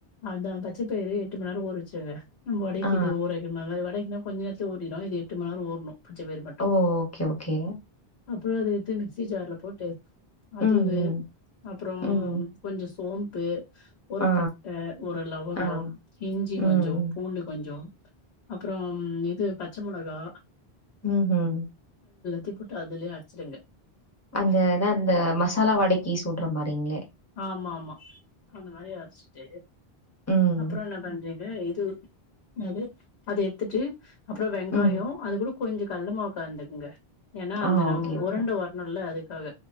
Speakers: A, on the left; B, on the left.
A: அதான் பச்ச பயிரு எட்டு மணி நேரம் ஊரவச்சிருங்க நம்ம வடைக்கு
B: ஆ, ஆ.
A: இது ஊரவைக்கிறமாரி வடைக்குனா கொஞ்ச நேரத்துல ஓடிடும் இது எட்டு மணி நேரம் ஓடணும் பச்ச பயிரு மட்டும்
B: ஓ! ஓகே, ஓகே.
A: அப்புறம் அத எடுத்து மிக்சி ஜார்ல போட்டு
B: ம்,
A: அதுவு
B: ம்.
A: அப்புறம்
B: ம்.
A: கொஞ்சம் சோம்பு ஒரு
B: ஆ,
A: பட்ட ஒரு லவங்கம்
B: ஆ.
A: இஞ்சி
B: ம்.
A: கொஞ்சம் பூண்டு கொஞ்சம் அப்புறம் இது பச்ச மிளகா
B: உம் ஹும்
A: சுத்தி போட்டு அதுலே அடிச்சிடுங்க
B: அந்த இதான் அந்த மசாலா வடக்கி சுடுற மாதிரிங்களே
A: ஆமா ஆமா அந்த மாதிரி அரச்சுட்டு
B: ம்.
A: அப்புறம் என்ன பண்றீங்க ஆஹ் இது அது அது எடுத்துட்டு அப்புறம் வெங்காயம்
B: ம்.
A: அது கூட கொஞ்சோ கடலமாவு கலந்துக்குங்க ஏன்னா அந்த
B: ஆ
A: அந்த
B: ஓகே, ஓகே.
A: உருண்ட வரணும்ல அதுக்காக